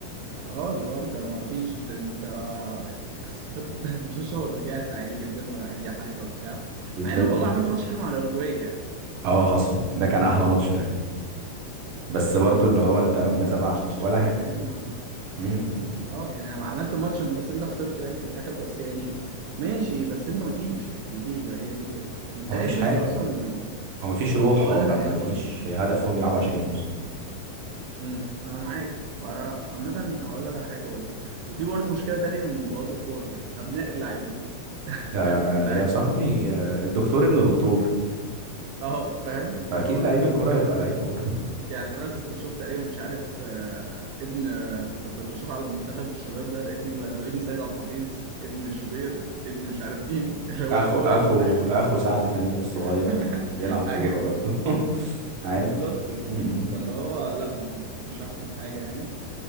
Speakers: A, on the right; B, on the right.
A: اه اللي هو انت ما فيش انت انت انت خسرت التلات <laughs> ماتشات ورجعت عادي جدا ولا اي حاجه وبتاع
B: بالظبط
A: مع انه والله
B: كده
A: عملت ماتش حلو مع الاوروجواي يعني
B: اه حصل ده كان احلى ماتش تقريبا بس برضو اللي
A: عملت
B: هو انت ماذا
A: ماتش
B: بعد ولا
A: لذيذ
B: حاجه
A: مع
B: امم
A: اه يعني عملت ماتش بس انت خسرته يعني في الاخر بس يعني ماشي بس انت ما فيش ما فيش بقى هي دي الفكره متهيألي
B: هو مفيش حاجه
A: لسه اصلا
B: هو مفيش روح
A: هقول
B: هو
A: لك
B: ما-
A: على
B: مفيش
A: حاجه برضه
B: هدف هم بيلعبوا عشانه اصلا
A: امم انا معاك وانا عامه هقول لك على حاجه برضه وفي برضه مشكله تانيه من بوظ الكوره ابناء اللاعبين <laughs>
B: ده
A: فاهم لعيبه
B: يا صاحبي آه، الدكتور ابن دكتور
A: اه فاهم اللي
B: فاكيد
A: هو بقى
B: لعيب
A: كل
B: الكوره هيبقى لعيب كوره
A: يعني انا كنت بشوف تقريبا مش عارف آه، ابن آه، كنت بشوف على منتخب الشباب ده لقيت مين بقى اللي هو ابن سيد عبد الحفيظ ابن شوبير ابن مش عارف مين <laughs> اللي هو
B: اخو
A: هو
B: اخو
A: ده المنتخب
B: اخو سعد سمير الصغير
A: <laughs>
B: بيلعب كوره
A: ايوه
B: برضه <laughs> عادي
A: بالظبط
B: م- م.
A: فاللي هو لا ما مش احسن حاجه يعني